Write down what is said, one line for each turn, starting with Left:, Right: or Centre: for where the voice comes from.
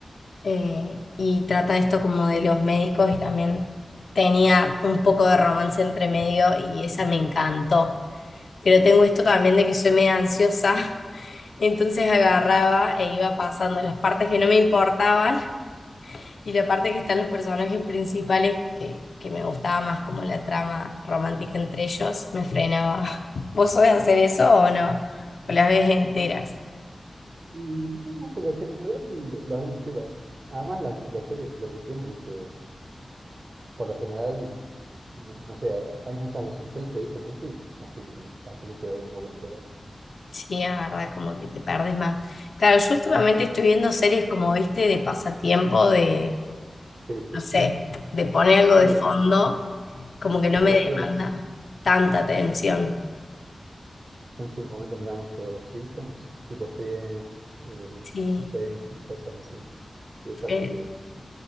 Left: eh, y trata esto como de los médicos y también tenía un poco de romance entre medio y esa me encantó. Pero tengo esto también de que soy medio ansiosa. Entonces agarraba e iba pasando las partes que no me importaban y la parte que están los personajes principales que, que me gustaba más como la trama romántica entre ellos, me frenaba. <laughs> ¿Vos sabés hacer eso o no? ¿O las ves enteras?
Right: Y no, por lo general las veo enteras. Además las microseries lo que tienen es que por lo general, no, no sé, hay muchas de suspenso, ¿viste? En Netflix, así que las tenés que ver un poco enteras.
Left: Sí, es verdad, como que te perdés más. Claro, yo últimamente estoy viendo series como, viste, de pasatiempo, de,
Right: Sí, sí,
Left: no sé,
Right: sí.
Left: de poner algo
Right: Sí,
Left: de fondo, como que no
Right: tipo
Left: me demanda
Right: Friends.
Left: tanta atención.
Right: Yo en su momento miraba muchos sitcoms, tipo Friends, eh,
Left: Sí.
Right: Seinfeld, cosas así. Y es así
Left: eh,
Right: que